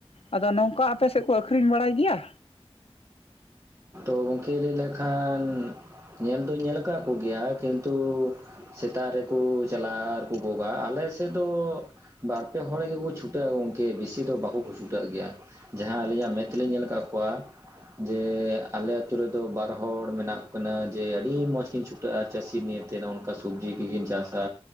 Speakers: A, on the left; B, on the right.
A: ᱟᱫᱚ ᱱᱚᱝᱠᱟ ᱟᱯᱮ ᱥᱮᱫ ᱠᱚ ᱟᱹᱠᱷᱨᱤᱧ ᱵᱟᱲᱟᱭ ᱜᱮᱭᱟ?
B: ᱛᱚ ᱜᱚᱝᱠᱮ ᱞᱟᱹᱭ ᱞᱮᱠᱷᱟᱱ ᱧᱮᱞ ᱫᱩᱧ ᱧᱮᱞ ᱟᱠᱟᱜ ᱠᱚᱜᱮᱭᱟ, ᱠᱤᱱᱛᱩ ᱥᱮᱛᱟᱜ ᱨᱮᱠᱚ ᱪᱟᱞᱟᱜ-ᱟ ᱟᱨᱠᱚ ᱜᱚᱜᱟ᱾ ᱟᱞᱮ ᱥᱮᱫ ᱫᱚ-ᱼ ᱵᱟᱨ ᱯᱮ ᱦᱚᱲ ᱜᱮᱠᱚ ᱪᱷᱩᱴᱟᱹᱜ-ᱟ ᱜᱚᱝᱠᱮ ᱵᱤᱥᱤ ᱫᱚ ᱵᱟᱠᱚ ᱠᱚ ᱪᱷᱩᱴᱟᱹᱜ ᱜᱮᱭᱟ᱾ ᱡᱟᱦᱟᱸ ᱟᱹᱞᱤᱧᱟᱜ ᱢᱮᱸᱫ ᱛᱮᱞᱤᱧ ᱧᱮᱞ ᱟᱠᱟᱜ ᱠᱚᱣᱟ ᱡᱮ ᱟᱞᱮ ᱟᱛᱩ ᱨᱮᱫᱚ ᱵᱟᱨ ᱦᱚᱲ ᱢᱮᱱᱟᱜ ᱠᱤᱱᱟᱹ ᱡᱮ ᱟᱹᱰᱤ ᱢᱚᱸᱡᱽ ᱠᱤᱱ ᱪᱷᱩᱴᱟᱹᱜᱼᱟ ᱪᱟᱹᱥᱤ ᱱᱤᱭᱟᱹ ᱛᱮ ᱱᱚᱜ-ᱱᱚᱝᱠᱟ ᱥᱚᱵᱡᱤ ᱠᱚᱠᱤᱱ ᱪᱟᱥᱟ᱾